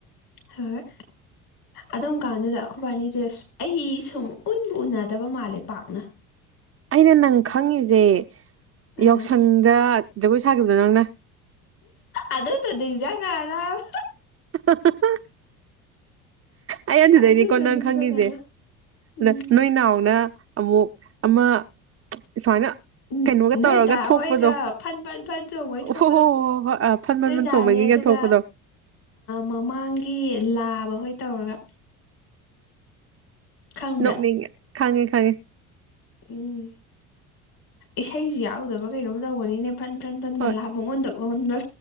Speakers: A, on the left; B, on the right.
A: ꯍꯣꯏ ꯑꯗꯨꯝ ꯀꯥꯟꯗꯨꯗ ꯑꯩꯈꯣꯏꯕꯥꯅꯤꯁꯦ ꯑꯩ ꯁꯨꯝ ꯎꯟꯕ ꯎꯅꯗꯕ ꯃꯥꯜꯂꯦ ꯄꯥꯛꯅ
B: ꯑꯩꯅ ꯅꯪ ꯈꯪꯉꯤꯁꯦ
A: ꯑꯥ
B: ꯌꯥꯎꯁꯪꯗ ꯖꯒꯣꯏ ꯁꯥꯈꯤꯕꯗꯣ ꯅꯪꯅ
A: ꯑꯗꯨꯗꯣ ꯅꯤꯡꯁꯤꯡꯉꯛꯑꯔꯣꯏ
B: <unintelligible> ꯑꯩ ꯑꯗꯨꯗꯩꯅꯤꯀꯣ
A: ꯑꯗꯨꯗꯣ
B: ꯅꯪ
A: ꯅꯤꯡꯁꯤꯡꯉꯛꯑꯔꯣꯏ
B: ꯈꯪꯉꯤꯁꯦ
A: ꯎꯝ
B: ꯑꯗ ꯅꯣꯏ ꯅꯥꯎꯅ ꯑꯃꯨꯛ ꯑꯃ ꯁꯨꯃꯥꯏꯅ
A: ꯎꯝ
B: ꯀꯩꯅꯣꯒ
A: ꯅꯣꯏꯗꯥ
B: ꯇꯧꯔꯒ ꯊꯣꯛꯄꯗꯣ
A: ꯍꯣꯏꯒ ꯐꯟ ꯐꯟ ꯐꯟ ꯆꯣꯡꯕꯩ ꯊꯣꯛꯄꯗꯣ
B: ꯑꯣ ꯍꯣ ꯍꯣꯏ ꯍꯣꯏ ꯍꯣꯏ ꯑ ꯐꯟ ꯃꯃꯜ
A: ꯅꯣꯏꯗꯥꯅꯦ
B: ꯆꯣꯡꯕꯒꯤ ꯍꯒ
A: ꯑꯗꯨꯒ
B: ꯊ ꯍꯈꯗꯣ
A: ꯃꯃꯥꯡꯒꯤ ꯂꯥꯕ ꯍꯣꯏ ꯇꯧꯔꯒ ꯈꯪꯕ꯭ꯔꯥ
B: ꯅꯣꯛꯅꯤꯡꯉꯦ ꯈꯪꯉꯦ ꯈꯪꯉꯦ
A: ꯎꯝ ꯏꯁꯩꯁꯤ ꯌꯥꯎꯗꯕ꯭ꯔꯥ ꯀꯩꯅꯣꯝ ꯇꯧꯒꯅꯤꯅꯦꯕ ꯑ ꯄꯟ ꯀꯟ ꯄꯟ ꯃꯂꯥ
B: ꯍꯣꯏ
A: ꯃꯉꯣꯟꯗ ꯑꯣꯟꯕ꯭ꯔꯥ